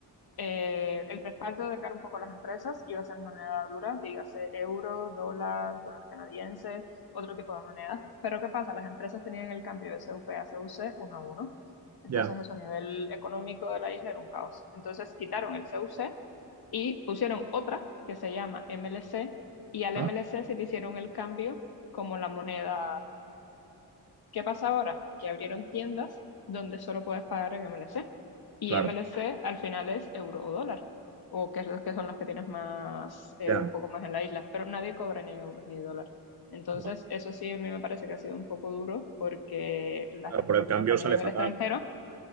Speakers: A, on the left (about 65°); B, on the right (about 40°).
A: eh, el respaldo de cara un poco a las empresas iba a ser moneda dura, dígase euro, dólar, dólar canadiense, otro tipo de moneda. Pero ¿qué pasa? Las empresas tenían el cambio de CUP a CUC uno a uno. Entonces
B: ya.
A: eso a nivel económico de la isla era un caos. Entonces quitaron el CUC y pusieron otra que se llama MLC y al
B: Ah,
A: MLC se le hicieron el cambio como la moneda ¿Qué pasa ahora? Que abrieron tiendas donde solo puedes pagar en MLC. Y
B: claro,
A: MLC al final es euro o dólar, o que es lo que son las que tienes más, eh,
B: ya.
A: un poco más en la isla, pero nadie cobra ni en euros ni dólar. Entonces,
B: Buah,
A: eso sí a mí me parece que ha sido un poco duro porque la
B: Claro,
A: gente
B: por el
A: que
B: cambio
A: tiene familia
B: sale
A: en
B: fatal.
A: el extranjero